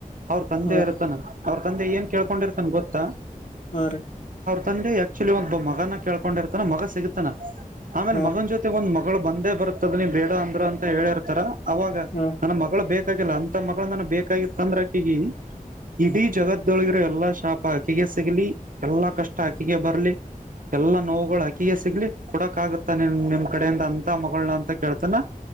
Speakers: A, on the right; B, on the left.
A: ಅವ್ರ ತಂದ
B: ಹಾರಿ
A: ಇತಾನ ಅವ್ರ ತಂದೆ ಏನ್ ಕೇಳ್ಕೊಂಡಿರ್ತಾನೆ ಗೊತ್ತ ಹಾ
B: ಹಾ ರೀ
A: ತಂದೆ ಆಕ್ಚುಲಿ ಒ ಮಗನ ಕೇಳ್ಕೊಂಡಿರ್ತಾನೆ ಮಗ ಸಿಗುತ್ತ ನಾ ಆಮೇಲೆ
B: ಹಾರಿ
A: ಮಗನ ಜೊತೆ ಒಂದಂದು ಮ ಮಗಳು ಬಂದೇ ಬರ್ತದ ನೀ ಬೇಡ ಅಂದ್ರರು ಅಂತ ಹೇಳಿರ್ತಾರ ಅವಾಗ
B: ಹಾರಿ
A: ನನ್ನ ಮಗಳು ಬೇಕು ಗಿಲ್ಲ ಅಂತ ಮಗಳ ನನ ಬೇಕಾಗಿತ್ತ ಅಂದ್ರೆ ಅಕ್ಕಿಗಿ ಇಡೀ ಜಗದೊಳಗಿರೋ ಎಲ್ಲಾ ಶಾಪ ಅಕ್ಕಿಗೆ ಸಿಗ್ಲಿ ಎಲ್ಲಾ ಕಷ್ಟ ಅಕ್ಕಿಗೆ ಬರ್ಲಿ ಎಲ್ಲಾ ನೋವುಗಳು ಅಕ್ಕಿಗೆ ಸಿಗ್ಲಿ ಕೊಡಕ್ ಆಾಗುತ್ತ ನಿನ್ ನಿಮ್ ಕಡೆಯಿಂದ ಅಂತ ಮಗಳನ ಅಂತ ಕೇಳ್ತಾನ